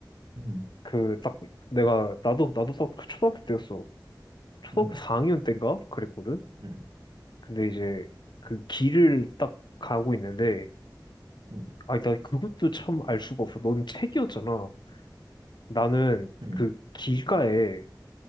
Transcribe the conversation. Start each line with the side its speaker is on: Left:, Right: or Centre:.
Right: 음,
Left: 그, 딱, 내가, 나도, 나도 딱 그 초등학교 때였어. 초등학교
Right: 음,
Left: 4학년 때인가? 그랬거든?
Right: 음,
Left: 근데 이제 그 길을 딱 가고 있는데,
Right: 음,
Left: 아니, 나 그것도 참 알 수가 없어. 넌 책이었잖아. 나는
Right: 음,
Left: 그 길가에